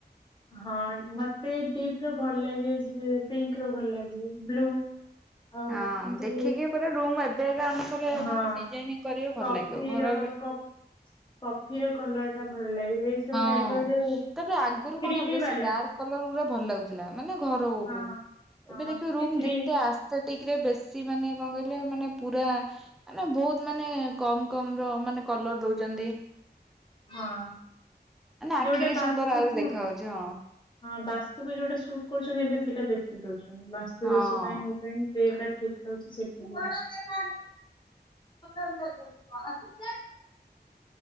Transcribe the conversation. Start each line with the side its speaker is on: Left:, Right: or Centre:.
Left: ହଁ ମତେ ଡିପ ର ଭଲ ଲାଗେ ପିଙ୍କ ର ଭଲ ଲାଗେ ବ୍ଲୁ। ଆଉ
Centre: ହଁ
Left: ଏମତି
Centre: ଦେଖିକି ପୁରା ରୁମ ଏବେ ରେ
Left: ହଁ
Centre: ମାନେ ଡିଜାଇନିଂ କରିବେ
Left: କଫିର
Centre: ଭଲ ଲାଗିବ ଘର ଏବେ
Left: କ କଫିର କଲର ଟା ଭଲ ଲାଗେ ଏଇ ସବୁ
Centre: ହଁ
Left: ଟାଇପ ର ଯୋଉ
Centre: ତାପରେ ଆଗରୁ
Left: କ୍ରିମି
Centre: କଣ ହ ବେଶୀ
Left: ବାଲା।
Centre: ଡାର୍କ କଲର ଗୁଡା ଭଲ ଲାଗୁଥିଲା ମାନେ ଘରଅ
Left: ହଁ
Centre: କ
Left: ହଁ
Centre: ଏବେ ଦେଖିବ ରୁମ
Left: ଏ କ୍ରି
Centre: ଯେତେ ଆସ୍ଥେଟିକରେ ବେଶୀ ମାନେ କଣ କହିଲେ ମାନେ ପୁରା ମ ବହୁତ ମାନେ କମ କମ ର ମାନେ କଲର ଦଉଛନ୍ତି।
Left: ହଁ।
Centre: ମାନେ ଆଖି
Left: ଯୋଉଟା ବାସ୍ତୁକୁ
Centre: ସୁନ୍ଦର ଆହୁରି ଦେଖା ହାଉଛି ହଁ।
Left: ହଁ ବାସ୍ତୁକୁ ଯୋଉଟା କରୁଛନ୍ତି ଏବେ ସେଇଟା ବେଶୀ ଦଉଛନ୍ତି ବାସ୍ତୁ
Centre: ହଁ।
Left: ଦୋଷ ପାଇଁ ଏଇ ସେଟା ଠିକ ରହୁଛି ସେଟା <unintelligible>